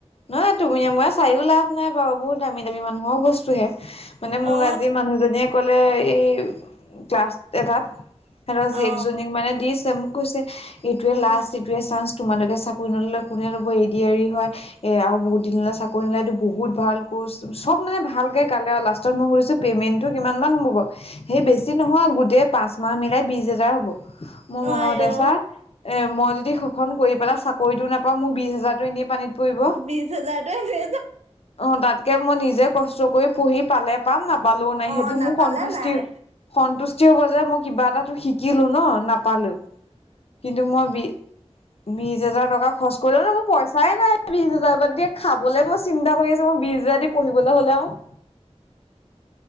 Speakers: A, on the left (about 60°); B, on the right (about 75°).
A: নহয় তুমি মইয়ে চাইও লাভ নাই বাৰু, বহুত দামী দামী মানুহৰ বস্তুহে, মানে মোক
B: অ
A: আজি মা মানুহজনীয়ে ক'ল সেই ই ক্লাছ এটাত, সিহঁতৰ
B: অ
A: জীয়েকজনীক মানে দিছে, মোক কৈছে এইটোৱে
B: অ অ
A: লাষ্ট এইটোৱে চান্স, তোমালোকে চাকৰি নল'লে, কোনে ল'ব এ ডি আৰ ই হয় এ আৰু বহুত দিনলে চাকৰি নোলায় এইটো বহুত ভাল কৰ্চ, চব মানে ভালকে গালে আৰু লাষ্টত মই সুধিছোঁ মেইনটো কিমান মান হ'ব, সেই বেছি নহয় গোটেই পাঁচ মাহ মিলাই বিছ হেজাৰ হ'ব। মোৰ মনতে
B: আই অ
A: চা মই যদি সু খন কৰি পেলাই চাকৰিটো নাপাওঁ মোৰ বিশ হাজাৰতো এনেই পানীত - পৰিব,
B: বিশ হাজাৰটোৱে
A: অ' তাত কে মই নিজে কষ্ট কৰি পঢ়ি পালে পাম, নাপালেও নাই
B: অ
A: সেইটো
B: নাপালে
A: মোৰ সন্তুষ্টি
B: নাই
A: সন্তুষ্ট যি হব যে, মই কিবা এটা শিকিলো ন নাপালেওঁ কিন্তু মই বি বিশ হাজাৰ টকা খৰচ কৰিলৈ মোৰ পইচাই নাই। বিশ হাজাৰ বাদ দিয়ে খাবলৈ মই চিন্তা কৰি আছো, মই বিশ হাজাৰ দি পঢ়িবলৈ হলে আও। <inaudible>